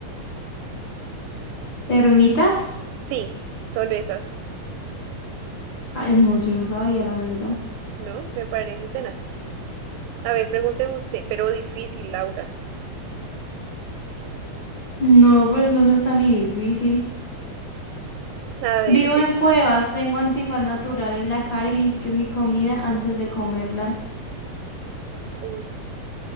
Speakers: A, on the left; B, on the right.
A: ¿Termitas?
B: Sí, son esas,
A: Ay, no, yo no sabía la verdad.
B: ¿no? Me parece tenaz. A ver, pregúnteme usted, pero difícil, Laura.
A: No, pero eso no es tan difícil.
B: A ver,
A: Vivo en
B: eh,
A: cuevas, tengo antifaz natural en la cara y limpio mi comida antes de comerla.
B: uy,